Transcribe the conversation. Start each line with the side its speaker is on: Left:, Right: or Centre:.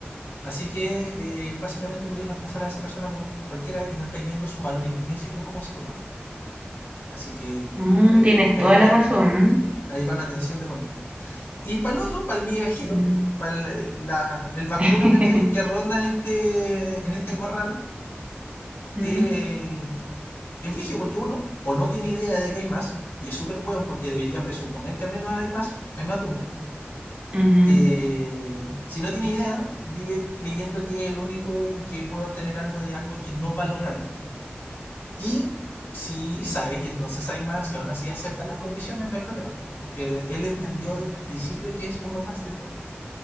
Left: Así que eh, básicamente podéis reemplazar a esa persona por cualquiera y no estáis viendo su valor intrínseco como ser humano. Así que
Right: mm,
Left: ahí,
Right: tienes
Left: ahí-
Right: toda
Left: ahí-
Right: la razón.
Left: ahí va una tensión de por medio. Y para el otro, para el migajero,
Right: mm.
Left: para el, la- el vacuno,
Right: <laughs>
Left: ¿cachai? Que ronda en este, en este corral,
Right: Mm,
Left: eh, es vigio porque uno o no tiene idea de que hay más, y es súper weón porque debería presuponer que al menos hay más, hay más de uno
Right: ujú,
Left: eh, si no tiene idea, vive creyendo que es el único y que puede obtener algo de algo que no va a lograrlo. Y si sabe que entonces hay más y aún así acepta las condiciones, no hay problema. Porque él entendió desde el principio que es uno más del resto.